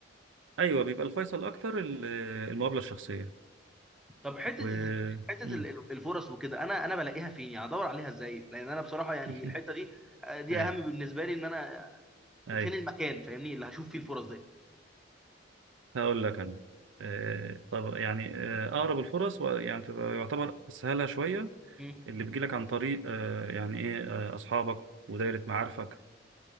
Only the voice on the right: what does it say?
أيوه بيبقى الفيصل أكتر ال- المقابلة الشخصية
و
مم.
<laughs>
أيوه
أيوه
هقول لك انا آه، طب يعني آه، اقرب الفرص و- يعني تبقى يعتبر اسهلها شويه
اللي بيجيلك عن طريق آه، يعني ايه آه، اصحابك ودايره معارفك